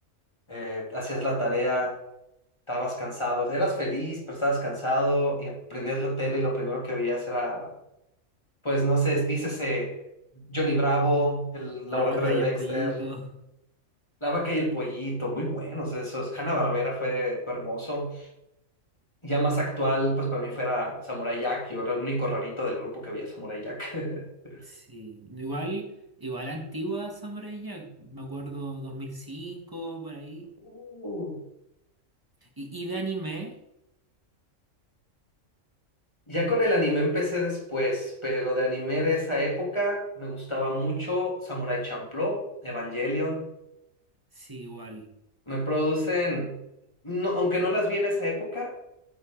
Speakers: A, on the left (about 20°); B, on the right (about 15°).
A: eh, hacías la tarea, estabas cansado, eras feliz, pero estabas cansado y aprendías la tele y lo primero que veías era, pues no sé, dícese Johnny Bravo, el
B: La
A: laboratorio
B: vaca y
A: de Dexter.
B: el pollito.
A: La vaca y el pollito, muy buenos esos. Hanna-Barbera fue, fue hermoso. Ya más actual, pues para mí fuera Samurai Jack. Yo era el único rarito del grupo que veía Samurai Jack. <laughs>
B: Sí, igual, igual antigua Samurai Jack, me acuerdo 2005 por ahí.
A: Uh.
B: Y, y de anime,
A: Ya con el anime empecé después, pero de anime de esa época me gustaba mucho Samurai Champloo, Evangelion.
B: sí, igual.
A: Me producen, no, aunque no las vi en esa época,